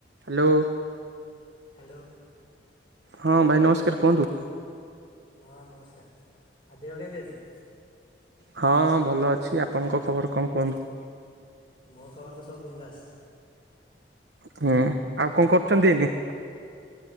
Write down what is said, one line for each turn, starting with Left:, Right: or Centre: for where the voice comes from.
Right: Hello
Left: hello
Right: ହଁ ଭାଇ ନମସ୍କାର କୁହନ୍ତୁ?
Left: ହଁ ନମସ୍କାର ଆଉ ଦେହ କେମିତି ଅଛି?
Right: ହଁ ଭଲ ଅଛି ଆପଣଙ୍କ ଖବର କଣ କୁହନ୍ତୁ?
Left: ମୋର ଖବର ତ ସବୁ ବିନ୍ଦାସ
Right: ହୁଁ ଆଉ କଣ କରୁଛନ୍ତି ଏନି